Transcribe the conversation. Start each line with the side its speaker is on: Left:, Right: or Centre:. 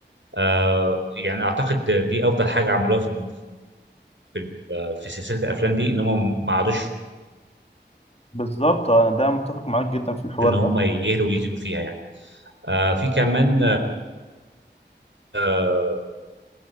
Right: آه يعني اعتقد دي افضل حاجه عملوها في ال- في ال- في سلسله الافلام دي ان هم ما عادوش
Left: بالظبط انا ده متفق معاك جدا في الحوار
Right: ان هم
Left: ده
Right: يهلوا ويزيدوا فيها يعني آه في كمان آه